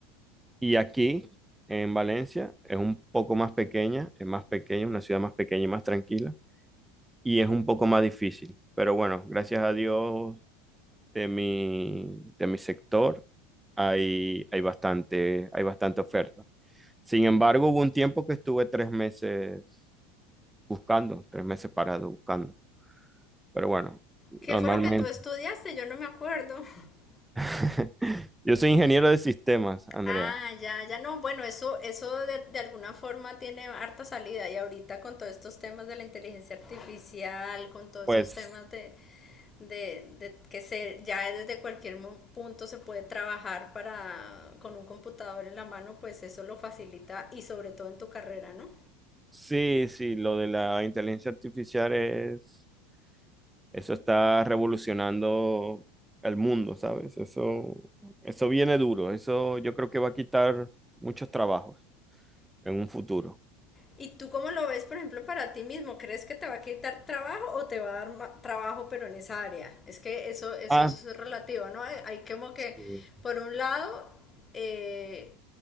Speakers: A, in the centre; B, on the left.
A: Y aquí, en Valencia, es un poco más pequeña, es más pequeña, es una ciudad más pequeña y más tranquila, y es un poco más difícil. Pero bueno, gracias a Dios de mi, de mi sector hay, hay bastante, hay bastante oferta. Sin embargo, hubo un tiempo que estuve tres meses buscando, tres meses parado buscando. Pero bueno,
B: ¿Qué
A: normalmente.
B: fue lo que tú estudiaste? Yo no me acuerdo. <laughs>
A: <laughs> Yo soy ingeniero de sistemas, Andrea.
B: Ah, ya, ya no, bueno, eso, eso de, de alguna forma tiene harta salida y ahorita con todos estos temas de la inteligencia artificial, con todos
A: Pues
B: esos temas de, de, de que se, ya desde cualquier mo- punto se puede trabajar para, con un computador en la mano, pues eso lo facilita y sobre todo en tu carrera, ¿no?
A: sí, sí, lo de la inteligencia artificial es Eso está revolucionando el mundo, ¿sabes? Eso, eso viene duro. Eso yo creo que va a quitar muchos trabajos en un futuro.
B: ¿Y tú cómo lo ves, por ejemplo, para ti mismo? ¿Crees que te va a quitar trabajo o te va a dar trabajo, pero en esa área? Es que eso, eso
A: Ah,
B: es relativo, ¿no? Hay, hay como que,
A: sí.
B: por un lado, eh,